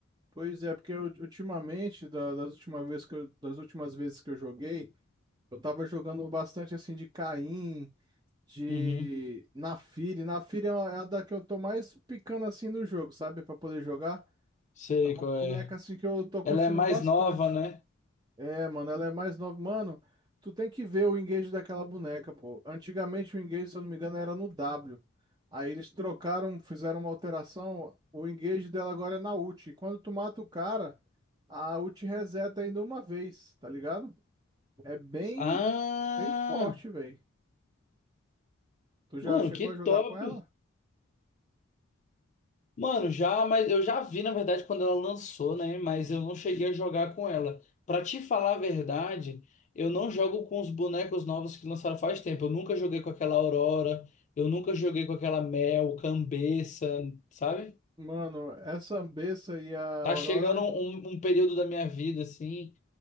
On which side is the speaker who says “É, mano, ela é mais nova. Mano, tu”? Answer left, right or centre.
Right